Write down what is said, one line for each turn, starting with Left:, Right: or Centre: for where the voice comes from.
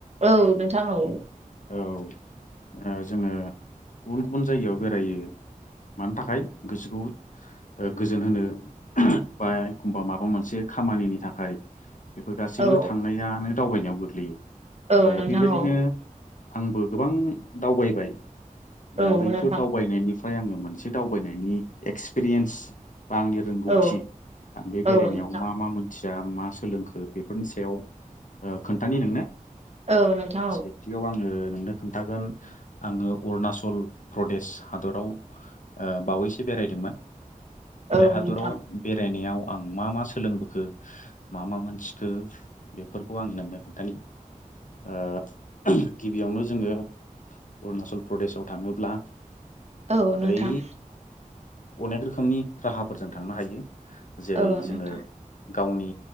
Right: औ नोंथां औ
Left: औ जोङो ओ गुबुन गुबुन जायगायाव बेरायो। मानो थाखाय गोसोखौ गोजोन होनो बा एखमबा माबा मोनसे खामानिनि थाखाय बेफोर गासिबो
Right: औ
Left: दानो दावबायनायाव गोग्लैयो
Right: औ
Left: ओ
Right: नोंथां
Left: बेबायदिनो
Right: औ
Left: आंबो गोबां दावबायबाय दा
Right: औ
Left: बैफोर
Right: नोंथां
Left: दावबायनायनि फ्राय आङो मोनसे दावबायनायनि एक्सपिरियेन्स बा आंनि रोंगौथि
Right: औ
Left: बे बेरायनायाव
Right: औ नोंथां
Left: मा मा मोनथिया मा सोलोंखो बेफोरनि सा याव ओ खोन्थानि नोंनो
Right: औ नोंथां
Left: सेथिआव आङो नोंनो खोनथागोन आंङो अरुणाचल प्रदेश हादराव ओ बावैसो बे बेरायदोंमोन
Right: औ
Left: बे हादराव
Right: नोंथां
Left: बेरायनायाव आं मा मा सोलोंबोखो मा मा मोनथिखो बेफोरखौ आङो नोंनो खोन्थानि । ओ गिबियावनो जोङो अरुनाचल प्रदेशआव थाङोब्ला
Right: औ नोंथां
Left: ओरै अनेक खोमनि राहाफोरजों थांनो हायो जेरै
Right: औ नोंथां
Left: जोङो गावनि